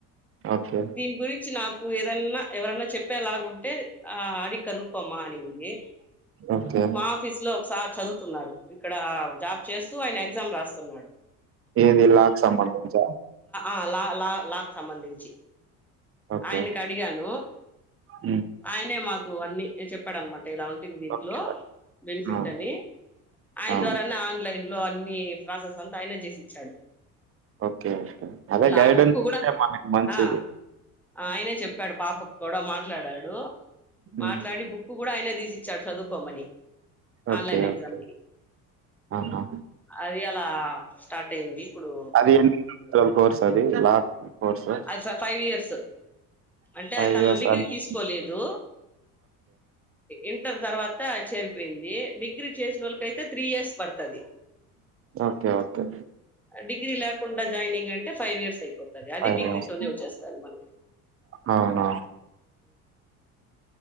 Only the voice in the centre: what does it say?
దీని గురించి, నాకు ఏదన్నా ఎవరన. చెప్పేలాగు ఉంటే, ఆ అది కనుకోమ్మా అనింది.
మా ఆఫీస్ లో సార్ చదువుతున్నారు. ఇక్కడ జాబ్ చేస్తూ, ఆయన ఎగ్జామ్ రాస్తున్నాడు.
ఆ లా లా లాక్ సంబంధించి
ఆయనకు అడిగాను.
ఆయనే మాకు అన్ని చెప్పడం, నమాట ఇలా ఉండిది. దీంట్లో
బెనిఫిట్
అని, ఆయన
ద్వారానే ఆన్లైన్ లో అన్ని ప్రాసెస్ అంతా, ఆయనే చేసిచ్చాడు.
ఆ బుక్
కూడా
ఆ ఆయనే చెప్పాడు. పాపకు కూడా మాట్లాడాడు.
మాట్లాడి బుక్ కూడా, ఆయన తీసిచ్చాడు. చదువుకోమ్మని. Online
ఎక్జామ్కి.
అది అలా స్టార్ట్ అయింది. ఇప్పుడు
అచ్చా ఫైవ్ ఇయర్స్ అంటే,
తను
డిగ్రీ
తీసుకోలేదు. ఇంటర్ తర్వాత చేరిపోయింది. డిగ్రీ చేసిన వాళ్ళకి, అయితే త్రీ ఇయర్స్ పడుతది.
డిగ్రీ లేకుండా, జాయినింగ్ అంటే ఫైవ్ ఇయర్స్ అయిపోతది. అది
డిగ్రీతోనే
వచ్చేస్తాది. మనకు